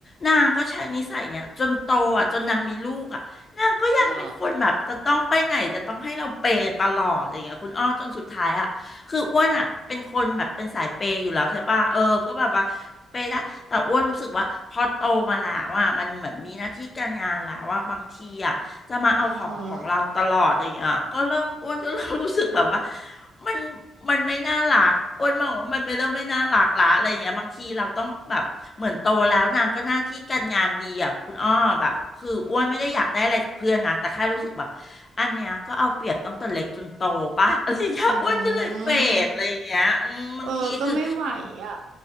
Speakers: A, on the left (about 35°); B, on the right (about 80°).
A: นางก็ใช้นิสัยเนี้ยจนโตอ่ะจนนางมีลูกอ่ะนางก็ยังเป็นคนแบบจะต้องไปไหนจะต้องให้เราเปย์ตลอดอะไรอย่างเงี้ยคุณอ้อจนสุดท้ายอ่ะคืออ้วนอ่ะเป็นคนแบบเป็นสายเปย์อยู่แล้วใช่ปะเออก็แบบว่าเปย์ได้แต่อ้วนรู้สึกว่าพอโตมาแล้วอ่ะมันเหมือนมีหน้าที่การงานแล้วอ่ะบางทีอ่ะ
B: หรอ
A: จะมาเอาของของเราตลอดอย่างเงี้ยก็เริ่มอ้วนก็เริ่มรู้สึกแบบว่า
B: อ่าฮะ
A: มันมันไม่น่ารักอ้วนมองว่ามันไม่เริ่มไม่น่ารักละอะไรอย่างเงี้ยบางทีเราต้องแบบเหมือนโตแล้วนางก็หน้าที่การงานดีอ่ะคุณอ้อแบบคืออ้วนไม่ได้อยากได้อะไรจากเพื่อนนะแต่แค่รู้สึกแบบอันเนี้ยก็เอาเปรียบตั้งแต่เล็กจนโตปะอะไรอย่างเงี้ยอ้วนก็เลยเฟดอะไรอย่างเงี้ยอืมบางทีคือ
B: อืมเออก็ไม่ไหวอ่ะ